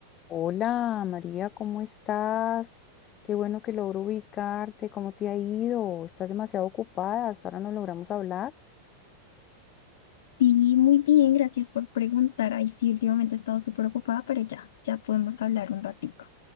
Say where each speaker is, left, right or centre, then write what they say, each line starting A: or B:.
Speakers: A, on the left; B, on the left.
A: Hola María, ¿cómo estás? Qué bueno que logro ubicarte. ¿Cómo te ha ido? Estás demasiado ocupada. Hasta ahora no logramos hablar.
B: Sí, muy bien, gracias por preguntar. Ay, sí, últimamente he estado súper ocupada, pero ya, ya podemos hablar un ratico.